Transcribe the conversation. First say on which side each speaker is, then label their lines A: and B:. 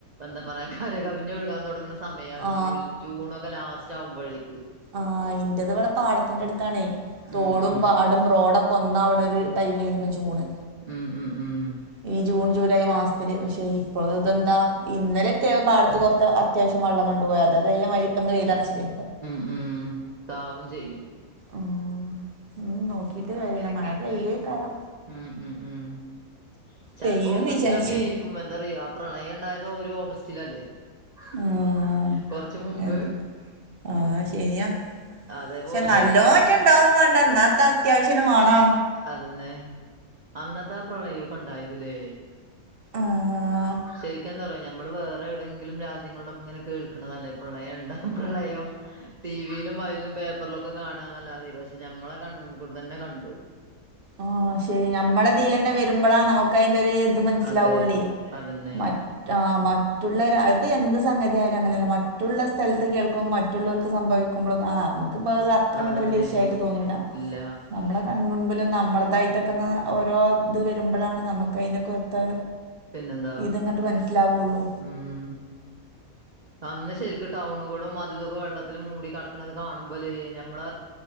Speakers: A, on the right (about 85°); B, on the right (about 50°).
A: എന്താ പറയാ കര കവിഞ്ഞൊഴുകാൻ തുടങ്ങ് സമയാണ്.
B: ആ
A: ജൂൽ ജൂണൊക്കെ ലാസ്റ്റാവുമ്പോഴേക്ക്.
B: ആഹ് ഇന്റത്പടെ പാടത്തിന്റെ അടുത്താണേ, തോടും
A: ഉം ഉം
B: പാടും റോഡൊ കൊന്നാവ്ണൊരു ടൈംമെരുന്നു ജൂണ്.
A: ഹ്മ്മ് ഹ്മ്മ് മ്
B: ഈ ജൂൺ ജൂലൈ മാസത്തില്. പക്ഷെ ഇപ്പോ ഇതെന്താ ഇന്നലെറ്റെ പാടത്ത് കൊർത്ത അത്യാവിശ്യം വള്ളം കണ്ട് പോയി അതതേമാതിരിപ്പം വെയിലറച്ചിലെ
A: ഹ്മ്മ് ഹ്മ്മ് താവും ചെയ്യും.
B: ആഹ്, ഹ്മ്മ് നോക്കിട്ട് കാര്യല്ല മഴ പെയ്യേക്കാരം.
A: ഹ്മ്മ്, ഹ്മ്മ്, ഹ്മ്മ് ചെലപ്പോ
B: പെയ്യും
A: ഓഗസ്റ്റിലൊക്കെ
B: വിചാരിച്ച്ണ്
A: ഏ <unintelligible> പ്രളയം ഉണ്ടായത് ഒരു ഓഗസ്റ്റിലല്ലേ <inaudible>
B: ആഹ്
A: മുമ്പ്
B: എൻ ആഹ് ശെരിയാ
A: അതേപോലെ
B: ക്ഷെ നല്ലോറ്റണ്ടാവും
A: എങ്ങാനും
B: വാണ്ട ഇന്നാത്തെ അത്യാവിശ്യത്തിന് വാണാണും.
A: അതെന്നെ അന്നത്തെ ആ പ്രളയൊക്കെണ്ടായത് ലേ
B: ആഹ്.
A: ശെരിക്കും എന്താ അറിയോ നമ്മള് വേറെവിടെങ്കിലും രാജ്യങ്ങളിലൊക്കെ കേൾ ന്നതല്ലേ പ്രളയംണ്ടാവും പ്രളയം ടിവി ലും അയിലും പേപ്പറ്ലൊക്കെ കാണാന്നല്ലാതെ, പക്ഷെ ഞമ്മളെ കൺമുമ്പുകൂടെ തന്നെ കണ്ടു.
B: ആഹ്, ശെരി നമ്മളെതീലന്നെ വെരുമ്പളാ നമുക്ക് അതിന്റെ ഒരു ഇത് മനസ്സിലാവുള്ളേ
A: അതെ അതന്നെ
B: മ ആ മറ്റുള്ള അത്പ്പോ എന്ത് സംഗതിയായാലും അങ്ങനെയല്ല മറ്റുള്ള സ്ഥലത്ത് കേൾക്കുമ്പോൾ മറ്റുള്ളവർക്ക് സംഭവിക്കുമ്പോ ആ നമുക്ക്പ്പ അത്രങ്ങട്ട്
A: അതന്നെ
B: വലിയ വിഷയമായിട്ട് തോന്നൂല
A: ഇല്ല
B: നമ്മള കൺമുമ്പിലും നമ്മളതായിട്ടൊക്കെ ഓരോ ഇത് വരുമ്പോഴാണ് നമുക്ക് അതിന്റെ കുറത്ത്
A: പിന്നെന്താ
B: ഇതങ്ങോട്ട് മനസ്സിലാവയുള്ളൂ
A: ഉം അന്ന് ശരിരിക്കും ടൗണുകളും അത ഇതൊക്കെ വെള്ളത്തിൽ മൂടി കടക്കണുന്നത് കാണുമ്പോലേ ഞമ്മളെ